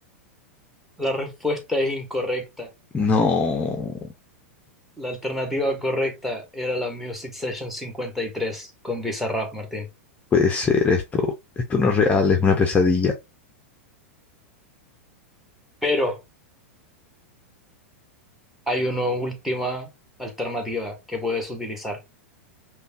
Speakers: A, in the centre; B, on the left.
A: La respuesta es incorrecta.
B: No
A: La alternativa correcta era la Music Session 53 con Bizarrap, Martín.
B: puede ser esto. Esto no es real, es una pesadilla.
A: Pero hay una última alternativa que puedes utilizar.